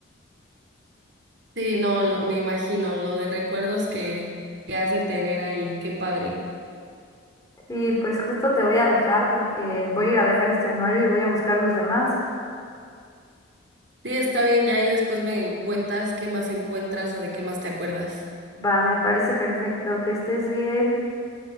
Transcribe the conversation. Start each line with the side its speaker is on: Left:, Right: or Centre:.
Right: Sí, no, lo- me imagino lo de recuerdos que, que hace tener ahí. Qué padre.
Left: Sí, pues justo te voy a dejar porque voy a ir a dejar este anuario y voy a buscar los demás.
Right: Sí, está bien, ya ahí después me cuentas qué más encuentras o de qué más te acuerdas.
Left: Va, me parece perfecto. Que estés bien.